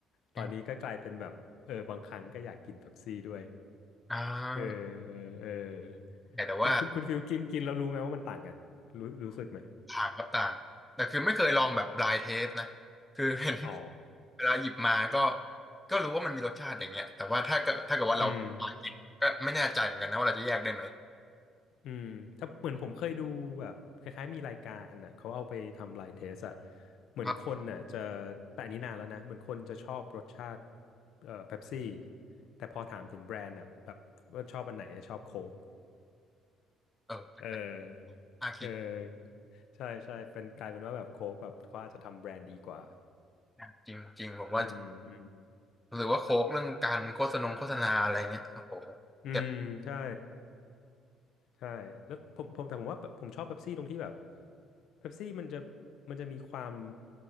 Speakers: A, on the left (about 65°); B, in the centre.
A: ตอนนี้ก็กลายเป็นแบบเออบางครั้งก็อยากกินเป๊ปซี่ด้วย
B: อืมอ่า
A: เออเออ
B: แต่ว่า
A: แต่คุณคุณฟิลกินกินแล้วรู้ไหมว่ามันต่างกันรู้รู้สึกไหม
B: ต่างต่างครับต่างแต่คือไม่เคยลองแบบ blind taste นะคือเห็น <laughs>
A: อ๋อ
B: เวลาหยิบมาก็ก็รู้ว่ามันมีรสชาติอย่างเงี้ยแต่ว่าถ้าเกิดถ้าเกิดว่าเราหากินก็ไม่แน่ใจเหมือนกันนะว่าเราจะแยกได้ไหม
A: อืมอืมถ้าเหมือนผมเคยดูแบบคล้ายๆมีรายการอ่ะเขาเอาไปทำ line test อ่ะเหมือนคนน่ะจะ
B: ครับ
A: แต่อันนี้นานแล้วนะเหมือนคนจะชอบรสชาติเอ่อเป๊ปซี่แต่พอถามถึงแบรนด์อ่ะแบบว่าชอบอันไหนชอบโค้ก
B: เออเป็นอะไร
A: เออเออ
B: น่าคิด
A: ใช่ใช่เป็นกลายเป็นว่าแบบโค้กแบบเขาอาจจะทำแบรนด์ดีกว่า
B: นะจริงจริงผมว่า
A: อืมอืม
B: หรือว่าโค้กเรื่องการโฆษณงโฆษณาอะไรเงี้ยโอ้โห
A: อืมใช่
B: เจ็บ
A: ใช่แล้วผมผมแต่ผมว่าผมชอบเป๊ปซี่ตรงที่แบบเป๊ปซี่มันจะมันจะมีความ